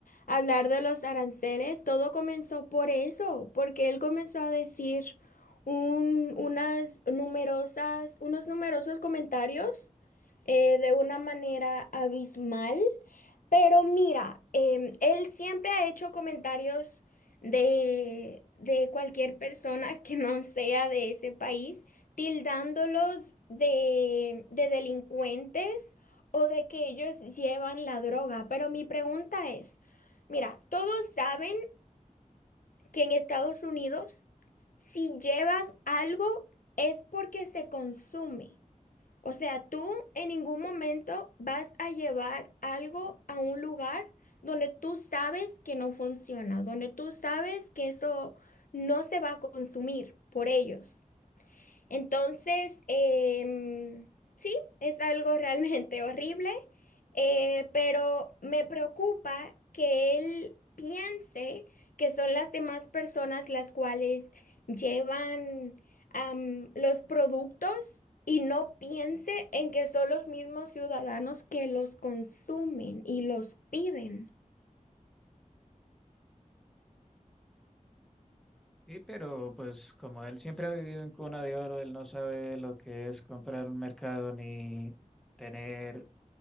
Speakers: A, on the left; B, in the centre.
A: hablar de los aranceles. Todo comenzó por eso, porque él comenzó a decir un- unas numerosas, unos numerosos comentarios eh, de una manera abismal pero mira, em, él siempre ha hecho comentarios de, de cualquier persona que no sea de ese país, tildándolos de, de delincuentes o de que ellos llevan la droga. Pero mi pregunta es, mira, todos saben que en Estados Unidos, si llevan algo, es porque se consume. O sea, tú en ningún momento vas a llevar algo a un lugar donde tú sabes que no funciona, donde tú sabes que eso no se va a consumir por ellos. Entonces, em, sí, es algo realmente <laughs> horrible, eh, pero me preocupa que él piense que son las demás personas las cuales llevan, am, los productos y no piense en que son los mismos ciudadanos que los consumen y los piden.
B: Sí, pero pues como él siempre ha vivido en cuna de oro, él no sabe lo que es comprar un mercado ni tener